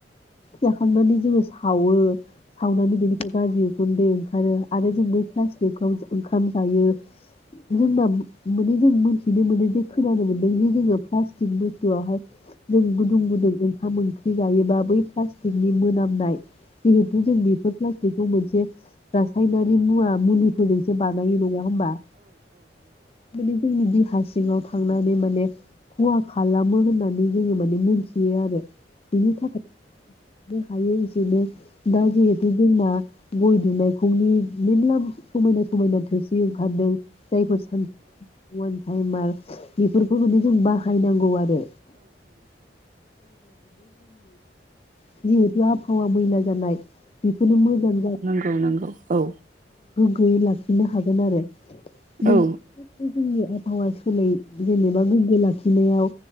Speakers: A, on the left (about 35°); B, on the right (about 45°).
A: जाखांनानै जोङो सावो सावनानै बेनिफ्राय गाज्रि गुन्दै ओंखारो आरो जों बै प्लास्टिकखौ ओंखाम जायो जोंना माने जों मोनथिनो मोनो जे खोनानो मोनदों जे जोङो प्लास्टिक बुस्थुआवहाय जों गुदुं गुदुं ओंखाम ओंख्रि जायोबा बै प्लास्टिकनि मोनामनाय जिहेथु जों बेफोर प्लास्टिकखौ मोनसे रासायनारि मुवा मुलिफोरजोंसो बानायो नङा <unintelligible> सिङाव थांनानै माने खहा खालामो होननानै जोङो माने मोनथियो आरो बिनि थाखायनो हायो एसेनो दा जैहेथ' जोंना गय दुनायखौनि मेरला समायना समायना थोरसि ओंखारदों जायफोर सान उवान टाइमार बेफोरखौ माने जों बाहायनांगौ आरो <unintelligible> ह'आ मैला जानाय बेखौनो मोजां ज
B: औ नांगौ औ
A: दुइ लाख नो हागोन आरो नोंसोर
B: औ
A: जोंनि आबहावा फनै जेनेबा गोग्गो लाखिनायाव